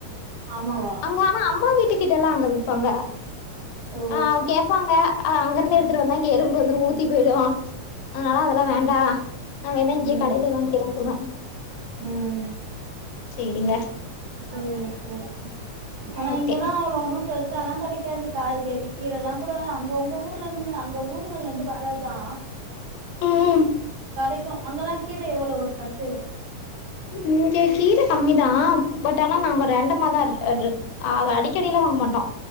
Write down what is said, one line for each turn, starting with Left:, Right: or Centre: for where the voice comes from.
Right: ஆமாவா
Left: அங்க ஆனா அம்மா வீட்டு கிட்டல்லா அங்க விப்பாங்க
Right: ஓ
Left: ஆ கே ப்பாங்க அது அங்கிருந்து எடுத்துட்டு வந்தா இங்க எறும்பு வந்துரு ஊத்தி போயிடு அதனால அதெல்லா வேண்டா நா வேனாங்கயே
Right: ம்
Left: கடயில வாங்கிக்கிறேன்றுவே
Right: ம்
Left: செரிங்க
Right: சேரி சேரி ஆனா
Left: ஓகே
Right: இங்கலா அவ்ளோ ஒன்னூ ப்ரெஷாலா கெடக்காது காய்கறி கீரலா கூட அங்க ஒங்க ஊர்ல இருந்து க அங்க ஊருங்கல இருந்து வர்றதுதா
Left: ம்
Right: கெடக்கு அங்கெல்லா கீர எவ்ளோ ஒரு கட்டு
Left: இங்க கீர கம்மிதா பட் ஆனா நாங்க ரெண்டமாதா <unintelligible> ஆக அடிக்கடில்லா வாங்க மாட்டோ